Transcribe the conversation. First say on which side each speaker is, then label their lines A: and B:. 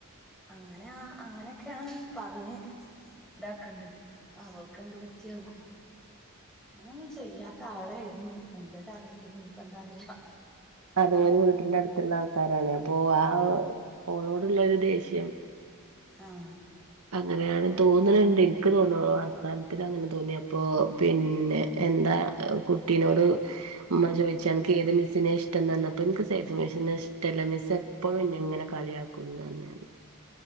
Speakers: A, in the centre; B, on the right.
A: അങ്ങനെ ആഹ് അങ്ങനെയൊക്കെയാണ് പറഞ്ഞ് ഇതാക്കണ്ടത് അവൾക്കെന്ത് പറ്റിയാവോ? അങ്ങനൊന്നും ചെയ്യാത്ത ആളായിരുന്നു എന്റെ ഒരു അറിവില് ഇനിയിപ്പ എന്താ അറിയില്ല.
B: അതെ ഒരു വീട്ടിന്റെ അടുത്തുള്ള ആൾക്കാരാണ് അപ്പൊ ആ ഓളോടുള്ള ഒരു ദേഷ്യം
A: ആഹ്.
B: അങ്ങനെയാണ് തോന്നുന്നുണ്ട് എനിക്ക് തോന്ന വർത്താനത്തി അങ്ങനെ തോന്നി അപ്പൊ പിന്നെ എന്താ കുട്ടിനോട് ഉമ്മ ചോദിച്ചു അനക്ക് ഏത് മിസ്സിനെ ഇഷ്ടം തന്നപ്പോ എനിക്ക് സേഫ് മിസ്സിനെ ഇഷ്ടല്ല മിസ്സ് എ പ്പഴും ഇന്ന ഇങ്ങനെ കളിയാക്കുന്ന് പറഞ്ഞാന്ന്